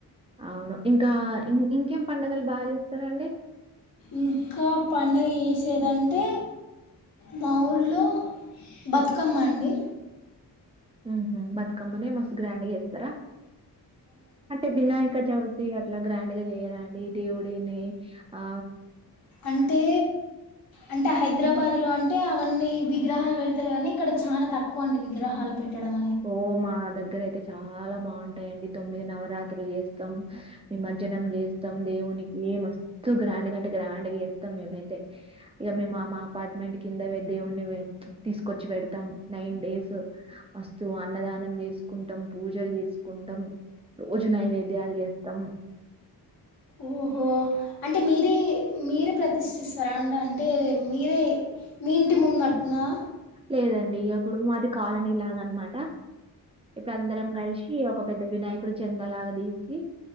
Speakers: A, on the right; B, on the left.
A: అవును ఇంకా ఇం ఇంకేం పండుగలు బాగా చేస్తరండి
B: ఇంకా పండగ ఎసేదంటే మా ఊళ్లో బతుకమ్మ అండి
A: ఉ హు బతుకమ్మనే మస్తు గ్రాండ్ గ చేత్తరా అంటే వినాయక చవి తి అట్లా గ్రాండ్ గా చేయరండి దేవుడిని ఆ
B: అంటే అంటే హైదరాబాద్లో అంటే అ వన్నీ విగ్రహాలు పెడతారు కానీ ఇక్కడ చాలా తక్కువ అండి విగ్రహాలు పెట్టడం
A: ఓ మా దగ్గర అయితే చాలా బాగుంటాయిండి తొమ్మిది నవరాత్రులు చేస్తాం నిమజ్జనం చేస్తాం దేవునికి మస్తు గ్రాండ్గాంటే గ్రాండ్ గా చేస్తాం మేమైతే ఇగ మేము మా మా అపార్ట్మెంట్ కింద దేవుని తీసుకొచ్చి పెడతాం నైన్ డేస్ మస్తు అన్నదానం చేసుకుంటాం పూజలు చేసుకుంటాం రోజు నైవేద్యాలు చేస్తాం
B: ఓహో అంటే మీరే మీరే ప్రతిష్ఠిస్తారా అండి అంటే మీరే మీ ఇంటి ముందట్నా
A: లేదండి ఇగ అప్పుడు మాది కాలనీ లాగా అనమాట ఇప్పుడు అందరం కలిసి ఒక పెద్ద వినాయకుడి చెందలాగాదీసి